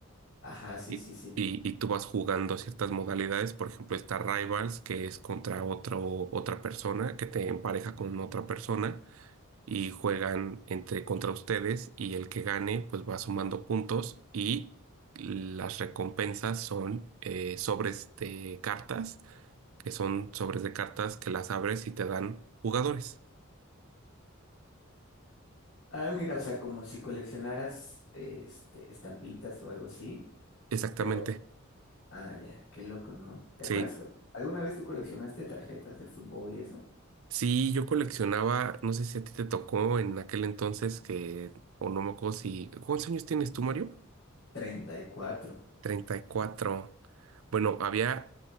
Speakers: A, on the left; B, on the right.
A: Ajá, sí,
B: Y,
A: sí, sí.
B: y- y tú vas jugando ciertas modalidades, por ejemplo, está Rivals, que es contra otro, otra persona, que te empareja con otra persona y juegan entre contra ustedes y el que gane pues va sumando puntos y las recompensas son eh, sobres de cartas, que son sobres de cartas que las abres y te dan jugadores.
A: Ah, mira, o sea, como si coleccionaras este, estampitas o algo así,
B: Exactamente.
A: pero, ah, ya, qué loco, ¿no? ¿Te acuerdas?
B: Sí.
A: cu- ¿Alguna vez tú coleccionaste tarjetas de fútbol y eso?
B: Sí, yo coleccionaba, no sé si a ti te tocó en aquel entonces que, o no me acuerdo si, ¿cuántos años tienes tú, Mario?
A: 34.
B: 34. Bueno, había,